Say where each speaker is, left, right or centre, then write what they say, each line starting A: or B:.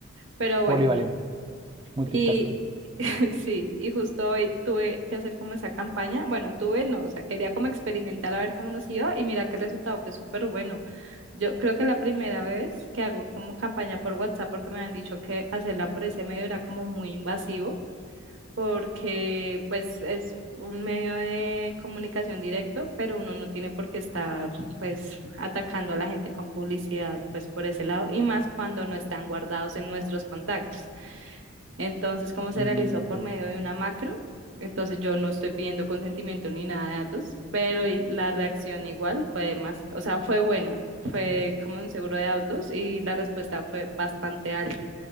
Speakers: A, on the right; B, on the right.
A: Pero
B: polivalente,
A: bueno,
B: multitasking.
A: y <laughs> sí, y justo hoy tuve que hacer como esa campaña. Bueno, tuve no, o sea, quería como experimentar a ver cómo nos iba y mira que el resultado fue súper bueno. Yo creo que la primera vez que hago como campaña por WhatsApp, porque me han dicho que hacerla por ese medio era como muy invasivo porque pues es un medio de comunicación directo, pero uno no tiene por qué estar pues atacando a la gente con publicidad pues por ese lado y más cuando no están guardados en nuestros contactos. Entonces, como se
B: Mm,
A: realizó
B: ok,
A: por medio de una macro, entonces yo no estoy pidiendo consentimiento ni nada de datos, pero y la reacción igual fue más, o sea, fue buena, fue como un seguro de autos y la respuesta fue bastante alta.